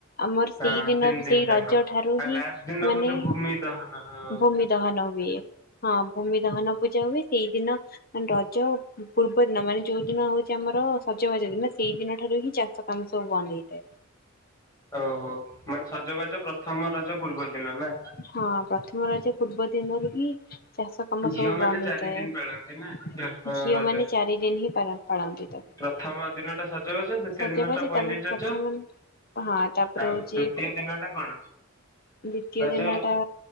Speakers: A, on the left; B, on the left.
A: ଆମର
B: ହଁ
A: ସେଇଦିନ
B: ତିନି ଦିନ
A: ସେଇ
B: ଯାକ
A: ରଜ ଠାରୁ
B: ଆଉ
A: ହିଁ
B: ଲାଷ୍ଟ ଦିନ
A: ମାନେ
B: ବୋଧେ ଭୂମି ଦହନ ହଁ
A: ଭୂମି ଦହନ ହୁଏ ହଁ ଭୂମି ଦହନ ପୂଜା ହୁଏ ସେଇଦିନ ମାନେ ରଜ ପୂର୍ବ ଦିନ ମାନେ ଯୋଉ ଦିନ ହଉଛି ଆମର ସଜବାଜ ଦିନ ସେଇ ଦିନଠାରୁ ହିଁ ଚାଷ ଷ କାମ ସବୁ ବନ୍ଦ ହେଇଯାଏ
B: ଓହୋ ମାନେ ସଜବାଜ ପ୍ରଥମ ରଜ ପୂର୍ବ ଦିନ ନା
A: ହଁ ପ୍ରଥମ ରଜ ପୂର୍ବ ଦିନରୁ ହିଁ ଚାଷ କାମ
B: ଝିଅ
A: ସବୁ
B: ମାନେ
A: ବନ୍ଦ
B: ଚାରି
A: ହେଇଥାଏ
B: ଦିନ ପାଳନ୍ତି ନା
A: ଝିଅ
B: ରଜ।
A: ମାନେ ଚାରି ଦିନ ହିଁ ପାଳ ପାଳନ୍ତି ତାକୁ
B: ପ୍ରଥମ ଦିନ ଟା ସଜବାଜ ଦ୍ଵିତୀୟ
A: ସଜବାଜ
B: ଦିନ ଟା ପହିଲି
A: ତାପରେ
B: ରଜ
A: ପ୍ରଥମ ହଁ ତାପରେ
B: ଆଉ
A: ହଉଚି
B: ଦ୍ଵିତୀୟ ଦିନ ଟା କଣ
A: ଦ୍ଵିତୀୟ
B: ରଜ
A: ଦିନ ଟା